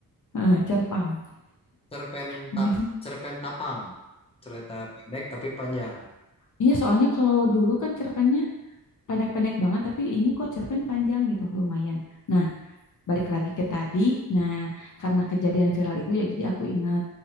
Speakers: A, on the left; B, on the left.
A: heeh, cerpang.
B: Cerpen
A: <laughs> Gitu.
B: tap cerpen Tapang. Cerita pendek tapi panjang.
A: Iya, soalnya kalau dulu kan cerpennya pendek-pendek banget, tapi ini kok cerpen panjang gitu, lumayan. Nah, balik lagi ke tadi. Nah, karena kejadian viral itu ya, jadi aku ingat